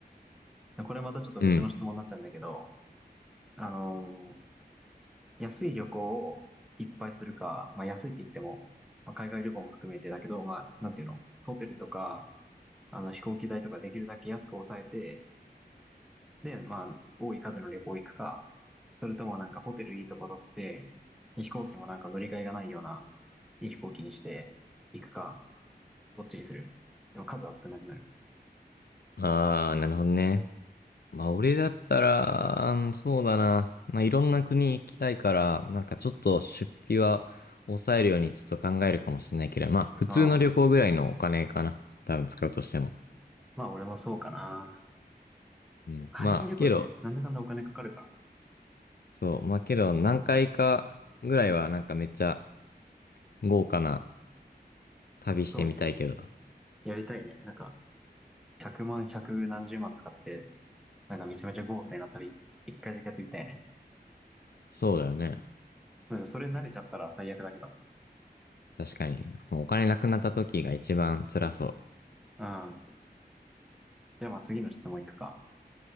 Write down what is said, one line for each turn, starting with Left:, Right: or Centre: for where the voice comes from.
Centre: これまたちょっと別の質問になっちゃうんだけど、
Left: うん。
Centre: あのー安い旅行をいっぱいするか、まあ安いって言っても、まあ海外旅行も含めてだけど、まあ、なんていうの、ホテルとか、あの飛行機代とかできるだけ安く抑えて、で、まあ、多い数の旅行行くか、それともなんかホテルいいとこ取って、で飛行機もなんか乗り換えがないような、いい飛行機にして行くか、どっちにするでも数は少なくなる。
Left: ああ、なるほどね。まあ、俺だったら、うんそうだな。まあ、いろんな国行きたいから、なんかちょっと出費は抑えるようにちょっと考えるかもしれないけど、まあ、普通の旅行ぐらいのお金かな。
Centre: ああ。
Left: 多分使うとしても。
Centre: まあ俺もそうかな。
Left: うん。
Centre: 海外旅行ってなんだかんだお金かかるからね。
Left: まあ、けど、そう。まあけど、何回かぐらいはなんかめっちゃ豪華な旅してみたいけど。
Centre: そうね。やりたいね。なんか、100万、100何十万使って、なんかめちゃめちゃ豪勢な旅、一回だけやってみたいね。
Left: そうだよね。
Centre: なんかそれ慣れちゃったら最悪だけど。
Left: 確かに。お金なくなった時が一番辛そ
Centre: うん。じゃあまあ次の質問いくか。